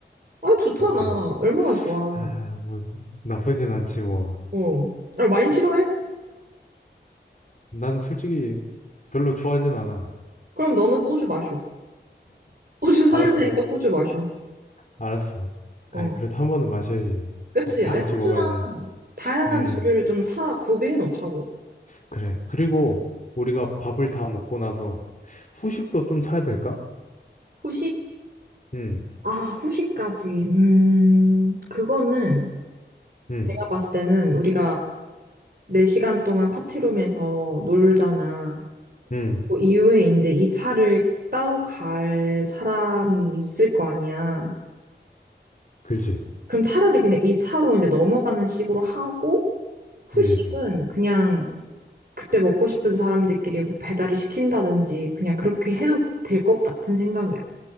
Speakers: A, on the right; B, on the left.
A: 아, 좋잖아.
B: 오케이.
A: 얼마나 좋아.
B: 아, 뭐 나쁘진 않지 뭐.
A: 어. 아, 와인 싫어해?
B: 난 솔직히 별로 좋아하진 않아.
A: 그럼 너는 소주 마셔. 소주 사줄
B: 알았어,
A: 테니까 소주 마셔.
B: 알았어.
A: 어.
B: 아이, 그래도 한 번은 마셔야지.
A: 그치.
B: 다
A: 아니,
B: 같이
A: 소주랑
B: 먹어야지.
A: 다양한
B: 음,
A: 주류를 좀 사, 구비해 놓자고.
B: 그래. 그리고 우리가 밥을 다 먹고 나서 후식도 좀 사야 될까?
A: 후식?
B: 음,
A: 아, 후식까지. 음, 그거는
B: 음,
A: 내가 봤을 때는 우리가 4시간 동안 파티룸에서 놀잖아.
B: 음,
A: 그 이후에 이제 이 차를 따로 갈 사람이 있을 거 아니야.
B: 그지.
A: 그럼 차라리 그냥 이 차로 이제 넘어가는 식으로 하고, 후식은
B: 음. 음.
A: 그냥 그때 먹고 싶은 사람들끼리 뭐 배달을 시킨다든지 그냥 그렇게 해도 될 것 같은 생각이야.